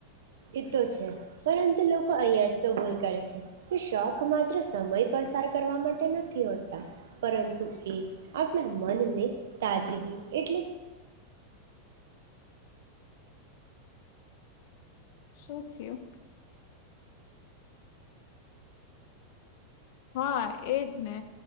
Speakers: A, on the right; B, on the left.
A: એ તો છે પરંતુ લોકો અહીિયાં જ તો ભૂલ કરે છે. કે શોખ માત્ર સમય પસાર કરવા માટે નથી હોતા પરંતુ એ આપણા મનને તાજગી એટલે.
B: શું થયું <unintelligible> હા એજ ને